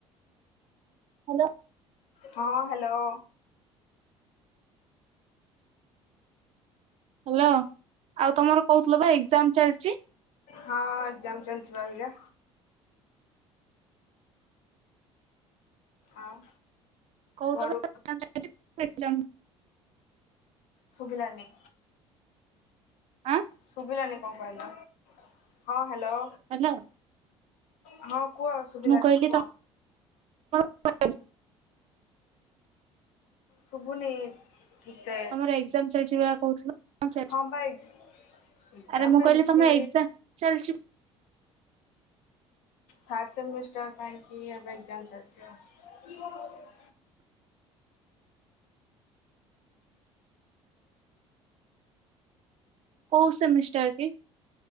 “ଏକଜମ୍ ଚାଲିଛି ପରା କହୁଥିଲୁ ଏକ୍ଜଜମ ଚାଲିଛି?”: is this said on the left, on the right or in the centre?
Right